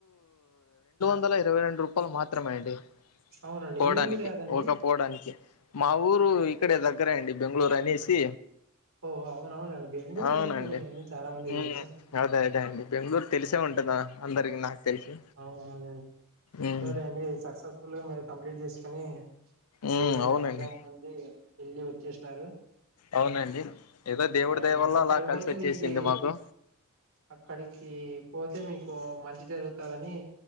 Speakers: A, on the left (about 80°); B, on the right (about 65°).
A: అవతల ఇరవై రెండు రూపాయలు మాత్రమే అండి
B: అవునండి
A: పోవడానికి
B: మీ ఊరు ఏదండి
A: ఒక పోడానికి మా ఊ ఊరు ఇక్కడే దగ్గరెఅండి బెంగళూరు అనేసి
B: ఓ అవునవునండి బెంగళూరు
A: అవునండి
B: ఎందుకు తెలియదండి చాలా మందికి
A: ఉమ్
B: తెలుసు
A: అదే అదే అండి బెంగళూరు తెలిసే ఉం టదా అందరికి నాకు తెలిసి
B: అవునవునండి
A: ఉమ్
B: ఎట్టాయితేంది సక్సెస్ఫుల్ గా మీరు కంప్లీట్ చేసుకుని
A: ఉమ్
B: దేవుని
A: అవునండి
B: అనుగ్రహం పొంది వెళ్ళి వచ్చేసినారు.
A: అవునండి ఏదో దేవుడి
B: ఆ
A: దయవల్ల
B: అక్కడికి
A: అలా కలిసి
B: పోతే
A: వచ్చేసింది
B: మీకు
A: మాకు.
B: అక్కడికి పోతే మీకు మంచి జరుగుతదని